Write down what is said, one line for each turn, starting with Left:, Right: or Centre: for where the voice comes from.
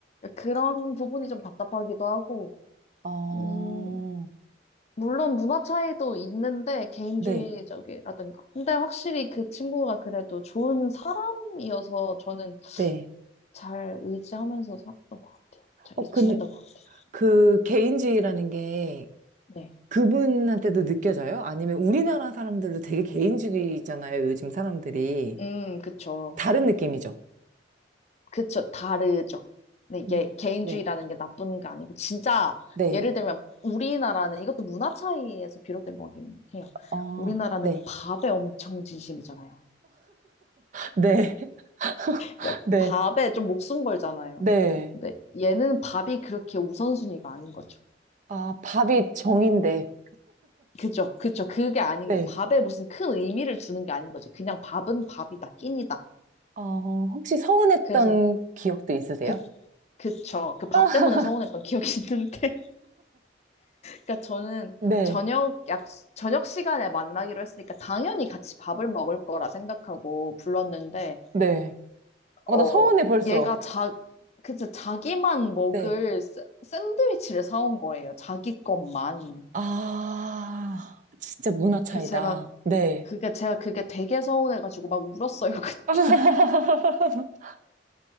Left: 그런 부분이 좀 답답하기도 하고,
Right: 어,
Left: 음, 물론 문화 차이도 있는데 개인주의적이라든가.
Right: 네.
Left: 근데 확실히 그 친구가 그래도 좋은 사람이어서 저는
Right: 네.
Left: 잘 의지하면서 살았던 것 같아요. 잘
Right: 어, 그,
Left: 지냈던 것 같아요.
Right: 그 개인주의라는 게
Left: 네.
Right: 그분한테도 느껴져요? 아니면 우리나라 사람들도 되게 개인주의잖아요, 요즘 사람들이.
Left: 음, 그쵸.
Right: 다른 느낌이죠?
Left: 그쵸. 다르죠. 근데 이게
Right: 음,
Left: 개인주의라는
Right: 네,
Left: 게 나쁜 게 아니고, 진짜,
Right: 네,
Left: 예를 들면, 우리나라는, 이것도 문화 차이에서 비롯된 거긴 해요.
Right: 어,
Left: 우리나라는
Right: 네,
Left: 밥에 엄청 진심이잖아요.
Right: 네, <laughs>
Left: 그러니까
Right: 네.
Left: 밥에 좀 목숨 걸잖아요.
Right: 네.
Left: 근데 얘는 밥이 그렇게 우선순위가 아닌 거죠.
Right: 아, 밥이 정인데,
Left: 그죠, 그죠. 그게 아닌
Right: 네.
Left: 거. 밥에 무슨 큰 의미를 두는 게 아닌 거죠. 그냥 밥은 밥이다, 끼니다.
Right: 어, 혹시 서운했던
Left: 그래서
Right: 기억도 있으세요?
Left: 그, 그쵸. 그 밥
Right: <laughs>
Left: 때문에 서운했던 기억이 있는데. <laughs> 그러니까 저는
Right: 네,
Left: 저녁 약, 저녁 시간에 만나기로 했으니까 당연히 같이 밥을 먹을 거라 생각하고 불렀는데,
Right: 네.
Left: 어,
Right: 어, 나 서운해, 벌써.
Left: 얘가 자, 그쵸, 자기만 먹을
Right: 네.
Left: 샌- 샌드위치를 사온 거예요. 자기 것만.
Right: 아, 진짜 문화 차이다.
Left: 그 제가
Right: 네.
Left: 그게 제가 그게 되게 서운해가지고 막 울었어요. <laughs> 그-
Right: <laughs>